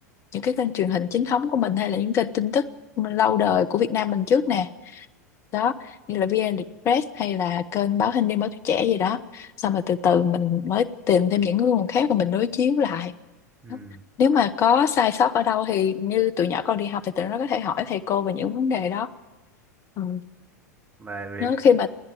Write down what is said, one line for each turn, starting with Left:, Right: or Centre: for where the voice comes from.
Left: những cái kênh truyền hình chính thống của mình hay là những kênh tin tức lâu đời của Việt Nam mình trước nè đó như là VN Express hay là kênh báo Hình đêm báo tuổi trẻ gì đó xong rồi từ từ mình mới tìm thêm những nguồn khác và mình đối chiếu lại
Right: ừ
Left: Đó. nếu mà có sai sót ở đâu thì như tụi nhỏ con đi học thì tụi nó có thể hỏi thầy cô về những vấn đề đó ừ.
Right: về với
Left: nó khi mà